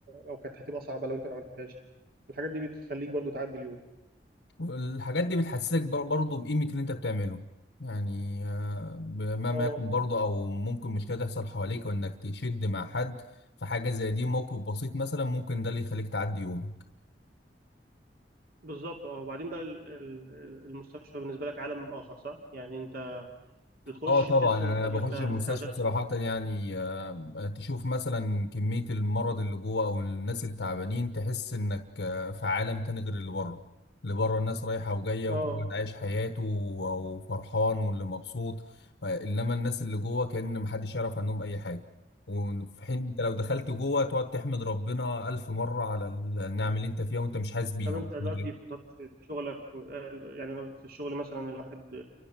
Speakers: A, on the right; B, on the left.
A: او كانت هتبقى صعبه لو انت ما عملتهاش الحاجات دي بتخليك برضو تعدي اليوم
B: الحاجات دي بتحسسك بر- برضه بقيمة اللي انت بتعمله يعني آه، بمهما
A: اه
B: يكون برضه او ممكن مشكلة تحصل حواليك وانك تشد مع حد في حاجة زي دي موقف بسيط مثلا ممكن ده اللي يخليك تعدي يومك
A: بالظبط اه وبعدين بقى ال- ال- المستشفى بالنسبه لك عالم اخر صح يعني انت بتخش
B: اه طبعا
A: تحس
B: يعني
A: انك
B: انا بخش
A: انت
B: المستشفى
A: اتعزلت
B: صراحة
A: عن
B: يعني آه، تشوف مثلا كمية المرض اللي جوه او الناس التعبانين تحس انك آه، في عالم تاني غير اللي بره اللي بره الناس رايحة وجاية
A: اه
B: وكل واحد عايش حياته و- وفرحان واللي مبسوط آه، انما الناس اللي جوه كأن محدش يعرف عنهم اي حاجة وفي حين انت لو دخلت جوه تقعد تحمد ربنا ألف مرة على النعم اللي انت فيها وانت مش حاسس بيها
A: طب انت
B: ومش
A: دلوقتي
B: مدرك
A: في طب- في شغلك آه، يعني انا في الشغل مثلا الواحد